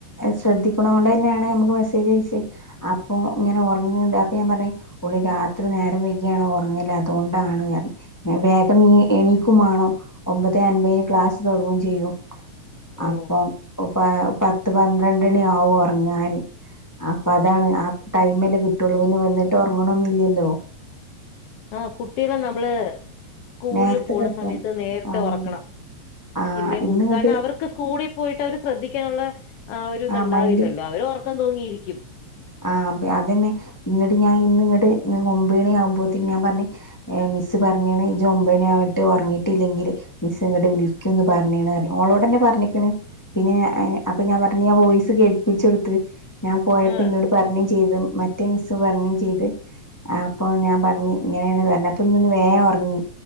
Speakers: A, on the left (about 15°); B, on the left (about 70°).
A: ശ്രദ്ധിക്ക്ണോണ്ടന്നേണ് നമ്മക്ക് മെസ്സേജയ്ച്ചേ അപ്പൊ ഇങ്ങനെ ഒറങ്ങ്ണ്ട് അപ്പൊ ഞാൻ പ ഞ്ഞ് ഓള് രാത്രി നേരം വൈകിയാണ് ഒറങ്ങല് അതൊണ്ടാണ്റഞ്ഞ് വേഗം എണീക്കും മാണം ഒമ്പതേ അൻ മ്പേന് ക്ലാസ് തോടങ്ങും ചെയ്യും
B: ഓ
A: അപ്പൊ പ പത്ത്പന്ത്ര ണ്ടണി ആവും ഒറങ്ങാന് അപ്പൊ അതാണ് ആ ടൈമല്ലേ കിട്ടോള്ളൂ പിന്നെ വന്നിട്ട് ഒറങ്ങ്ണൊന്നില്ലല്ലോ
B: ആ കുട്ട്യാളെ നമ്മള് സ്കൂളില്
A: നേരത്തെ
B: പോണ
A: കെടത്താണ്
B: സമയത്ത് നേരത്തെ
A: ആഹ്
B: ഒറക്കണം
A: ആഹ്
B: ഇന്നേ
A: ഇന്നിങ്ങട്ട്
B: ബുന്ദ് കാരണം അവർക്ക് സ്കൂളി പോയിട്ട് അവരേ ശ്രദ്ധിക്കാന്ള്ള ആ ഒര് ഇത്ണ്ടാവില്ലല്ലോ
A: ആഹ് മൈൻഡ്
B: അവര് ഒറക്കം തൂങ്ങിയിരിക്കും
A: ആ അ അതന്നെ ഇങ്ങട്ട് ഞാൻ ഇന്ന് ഇങ്ങട്ട് ഒമ്പണി ആവുമ്പോത്തിന് ഞാൻ പറഞ്ഞ് മിസ്സ് പറഞ്ഞ്ണ് ഇജ്ജ് ഒമ്പണി ആയിട്ട് ഉറങ്ങിയിട്ടില്ലെങ്കിൽ മിസ് ഇങ്ങട്ട് വിളിക്കുന്ന് പറഞ്ഞ്ണ് ഓളോടേന്നെ പറ് ഞ്ഞ്ക്ക്ണ് പിന്നെ ഞ അ അപ്പൊ ഞാൻ പറ മിസ്സ് കേള്പ്പിച്ചൊട്ത്ത് ഞാൻ പോയപ്പന്നോട്
B: ആഹ്
A: പറഞ്ഞും ചെയ്ത് മറ്റേ മിസ്റ്റ് പറഞ്ഞ് ചെയ്ത് അപ്പൊ ഞാൻ പറഞ്ഞ് ഇങ്ങനെയാണ് പറഞ്ഞ് അപ്പൊ ഇന്ന്ന്ന് വേഗം ഒറങ്ങി